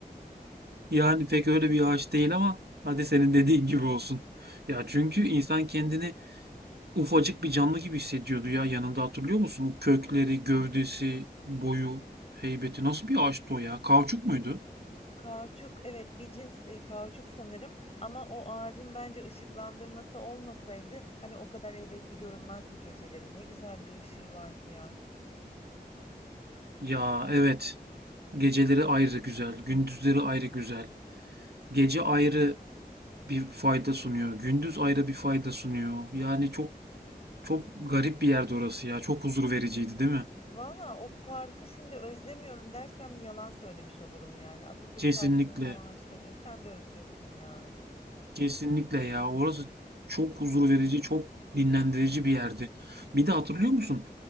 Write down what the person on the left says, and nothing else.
Kauçuk, evet bir cins e, kauçuk sanırım ama o ağacın bence ışıklandırması olmasaydı hani o kadar heybetli görünmezdi geceleri. Ne güzel bir ışığı vardı ya.
Valla o parkı şimdi özlemiyorum dersem yalan söylemiş olurum yani. Atatürk
Parkı'nın o ağaçları sen de özlüyorsun ya.